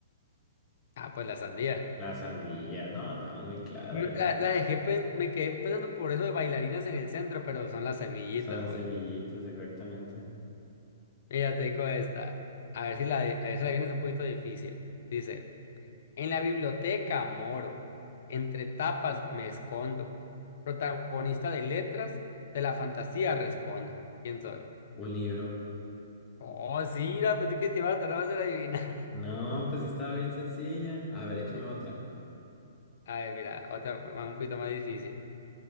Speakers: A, on the left; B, on the left.
A: Ah, pues la sandía.
B: La sandía, no, estaba muy clara
A: Me-
B: esa.
A: La, la dejé, pen- me quedé pensando por eso de bailarinas en el centro, pero son las semillitas,
B: Son las
A: güey.
B: semillitas, exactamente.
A: Mira, te digo esta. A ver si la, de- a ver si la vienes un poquito difícil. Dice, en la biblioteca moro, entre tapas me escondo. Protagonista de letras, de la fantasía respondo. ¿Quién soy?
B: Un libro.
A: Oh, sí, la pensé que te iba a tardar más en adivinar. <laughs>
B: No, pues sí estaba bien sencilla. A ver, échame
A: Sí.
B: otra.
A: A ver, mira, otra un poquito más difícil.